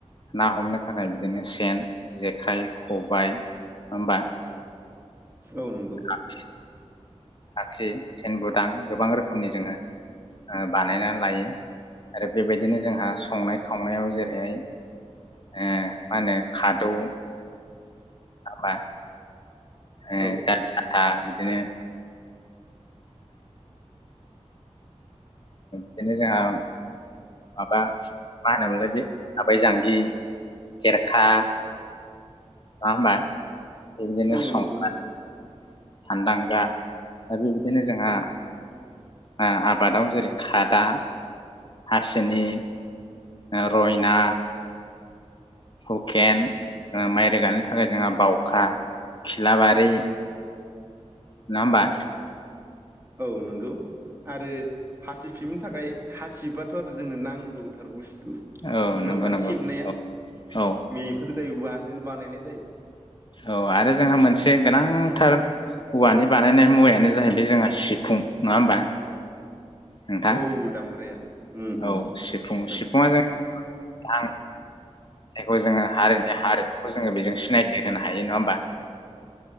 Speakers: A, on the left; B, on the right.
A: ना हमनो थाखाय बिदिनो सेन जेखाइ खबाइ नङा होमबा
B: औ नंगौ
A: औ खाखि सेनबुदां गोबां रोखोमनि जोङो बानायना लायो आरो बेबायदिनो जोंहा संनाय खावनायाव जेरैहाय मा होनो खादौ माबा ओ
B: औ
A: दालि खाथा बिदि बिदिनो जोंहा माबा मा होनोमोनलाय बे आबाय जांगि खेरखा नङा होमबा। बेदिनो
B: औ
A: संग्रा
B: नंगौ नंगौ
A: सान्दागा आरो बेबायदिनो जोंहा ओ आबादाव जेरै खादा, हासिनि ओ रयना, हुकेन माइ रोगानो थाखाय जोंहा बावखा, खिलाबारि नङा होमबा
B: औ नंगौ आरो हासि फिमि नि थाखाय हासिबाथ' आरो जोङो नांगौथार बुस्थु नङाब्ला
A: औ नंगौ नंगौ
B: सेबनाया
A: औ औ
B: बेफोर जायो उवाजोंनो बानायनाय जायो
A: औ आरो जोंहा मोनसे गोनांथार औवानि बानायनाय मुवायानो जाहैबाय जोंहा सिफुं नङा होमबा नोंथां
B: औ दामग्राया उम उम
A: औ सिफुं
B: नंगौ
A: सिफुङा जों आं जायखौ जोङो हारिनि हारिमुखौ जोङो बेजों सिनायथि होनो हायो नङा होमबा